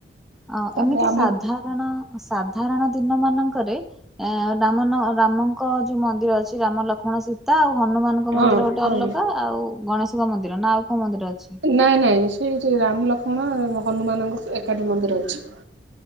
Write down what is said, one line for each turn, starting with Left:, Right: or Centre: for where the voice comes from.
Centre: ଅ
Right: ତାପରେ
Centre: ଏମିତି
Right: ଆମ
Centre: ସାଧାରଣ ସାଧାରଣ ଦିନ ମାନଙ୍କରେ ଆ ରାମ ନ ରାମଙ୍କ ଯୋଉ ମନ୍ଦିର ଅଛି, ରାମ, ଲକ୍ଷ୍ମଣ, ସୀତ ତା ଆଉ ହନୁମାନଙ୍କ ମନ୍ଦିର
Right: ହଁ
Centre: ଗୋଟେ
Right: ହଁ
Centre: ଅଲଗା ଆଉ ଗଣେଶଙ୍କ ମନ୍ଦିର ନା ଆଉ କୋଉ ମନ୍ଦିର ଅଛି।
Right: ନାଇଁ ନାଇଁ ସେଇଠି ରାମ ଲକ୍ଷ୍ମଣ ହନୁମାନଙ୍କ ଏକାଠି ମନ୍ଦିର ଅଛି।